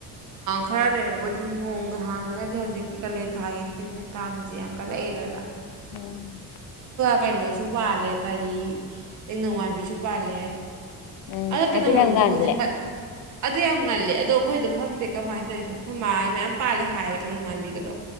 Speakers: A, on the right; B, on the left.
A: ꯈꯔ ꯂꯩꯔꯦꯕꯨꯗꯤ ꯅꯣꯡꯒ ꯍꯥꯡꯉꯒꯗꯤ ꯍꯧꯖꯤꯛꯇꯤ ꯀꯥꯂꯦꯟꯊꯥꯒꯤ ꯇꯤꯟ ꯀꯥꯡꯁꯦ ꯌꯥꯝ ꯀꯠꯂꯛꯑꯦꯗꯅ
B: ꯎꯝ
A: ꯀꯩꯅꯣꯁꯨ ꯄꯥꯜꯂꯦ ꯀꯔꯤ ꯇꯦꯡꯅꯧꯋꯥꯟꯕꯤꯁꯨ ꯄꯥꯜꯂꯦ
B: ꯎꯝ
A: ꯑꯗꯣ ꯇꯦꯛꯅꯣꯂꯣꯁꯦ
B: ꯑꯗꯨꯅ ꯉꯜꯂꯦ
A: ꯍꯧꯖꯤꯛꯃꯛ ꯑꯗꯨ ꯌꯥꯝ ꯉꯜꯂꯦ ꯑꯗꯣ ꯑꯩꯈꯣꯏꯗꯣ ꯈꯪꯗꯦ ꯀꯃꯥꯏꯅ ꯇꯧꯔꯤꯅꯣ ꯑꯩꯈꯣꯏ ꯃꯥꯥꯏ ꯃꯌꯥꯝ ꯄꯥꯜꯂꯦ ꯍꯥꯏꯕꯦ ꯅꯣꯡꯉꯥꯟꯕꯤꯒꯗꯣ